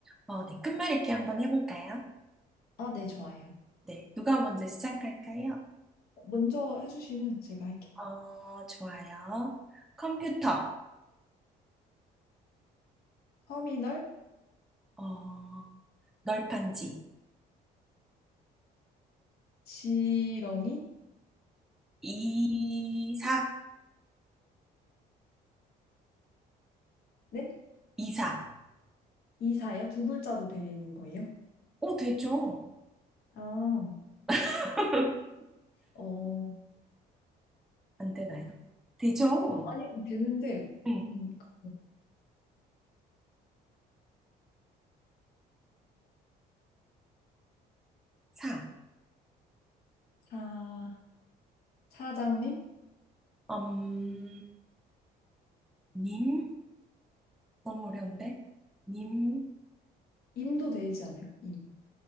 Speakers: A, in the centre; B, on the left.
A: 어, 네. 끝말잇기 한번 해볼까요?
B: 아, 네, 좋아요.
A: 네. 누가 먼저 시작할까요?
B: 먼저 해주시면 제가 할게요.
A: 어, 좋아요. 컴퓨터.
B: 터미널,
A: 어, 널판지.
B: 지렁이,
A: 이사.
B: 네?
A: 이사.
B: 이사요? 두 글자도 되는 거예요?
A: 오, 되죠?
B: 아,
A: <laughs>
B: 어,
A: 안 되나요? 되죠?
B: 어, 아니, 되는데,
A: 응.
B: 음, 그
A: 사.
B: 사, 사장님?
A: 음, 님? 너무 어려운데? 님,
B: 임도 되지 않아요? 임.